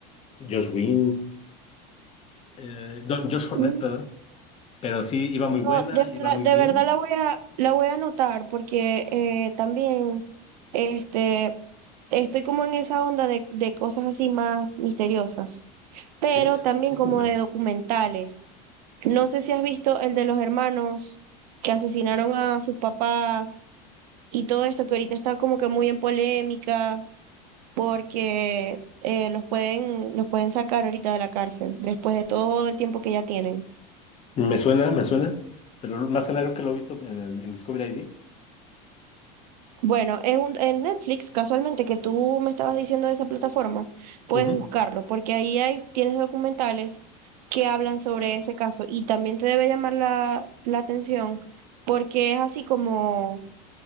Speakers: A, on the left; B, on the right.
A: Josh Green, eh, no, Josh Hornet,
B: mm,
A: perdón. Pero sí, iba muy
B: no,
A: buena,
B: de
A: iba
B: verdad,
A: muy
B: de
A: bien.
B: verdad la voy a, la voy a anotar porque eh, también este, estoy como en esa onda de, de cosas así más misteriosas, pero
A: Sí, es,
B: también
A: es
B: como
A: muy buena.
B: de documentales. No sé si has visto el de los hermanos que asesinaron a sus papás y todo esto que ahorita está como que muy en polémica. porque eh, los pueden, los pueden sacar ahorita de la cárcel, después de todo el tiempo que ya tienen.
A: Me suena, me suena, pero más que nada creo que lo he visto en, el- en Discovery ID.
B: Bueno, es un, en Netflix, casualmente, que tú me estabas diciendo de esa plataforma, puedes
A: Ujú,
B: buscarlo, porque ahí hay, tienes documentales que hablan sobre ese caso y también te debe llamar la, la atención, porque es así como,